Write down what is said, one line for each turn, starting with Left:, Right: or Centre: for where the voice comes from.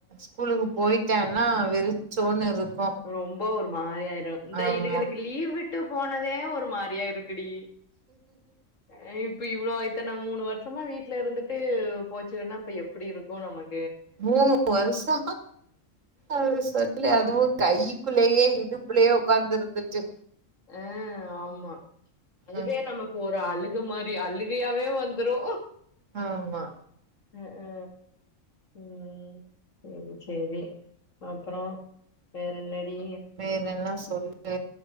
Right: ஸ்கூலுக்கு போயிட்டனா வெறிச்சோன்னு இருக்
Left: ரொம்ப ஒரு மாரியாயிரு இந்த
Right: ஆமா
Left: இதுகளுக்கு லீவ் விட்டு போனதே ஒரு மாரியா இருக்குடி அ இப்ப இவ்ளோ இத்தன மூணு வருசமா வீட்ல இருந்துட்டு போச்சுகனா அப்ப எப்டி இருக்கு நமக்
Right: மூணு வருஷோ அத சொல்லு அதுவு கைக்குள்ளயே இடுப் புள்ளயே உக்காந்து இருந்துட்டு
Left: அ ஆமா அதுவே
Right: ம்
Left: நமக் ஒரு அழுக மாரி அழுகையாவே வந்துரு
Right: ஆமா
Left: அ அ ம் செரி செரி அப்பறோ வேற என்னடி
Right: வேறென்னா சொல் அ